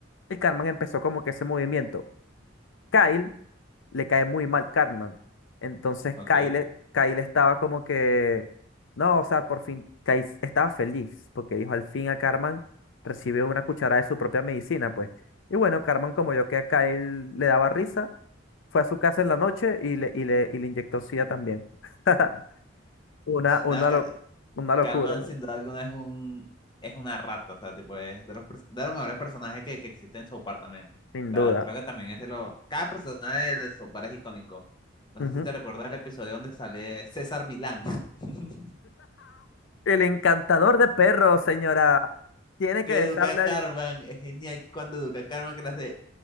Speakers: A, on the left; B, on the left.
A: y Carmen empezó como que ese movimiento. Kyle le cae muy mal Cartman. Entonces
B: Ok.
A: Kyle, Kyle estaba como que, no, o sea, por fin, Kyle estaba feliz porque dijo, al fin a Cartman recibió una cucharada de su propia medicina, pues. Y bueno, Cartman, como yo que a Kyle le daba risa, fue a su casa en la noche y le, y le, y le inyectó SIDA también. <laughs> Una, una,
B: No,
A: lo- una locura,
B: Cartman
A: ¿no?
B: sin duda alguna es un es una rata, o sea, tipo es de los pers- de los mejores personajes que, que existen en South Park también.
A: sin
B: O sea,
A: duda.
B: creo que también es de los cada personaje de South Park es icónico. No
A: Ujú.
B: sé si te recuerdas el episodio donde sale César Milán, <laughs>
A: El encantador de perros, señora, tiene que
B: que
A: dejarle
B: educa a Cartman,
A: el...
B: es genial cuando educa a Cartman que le hace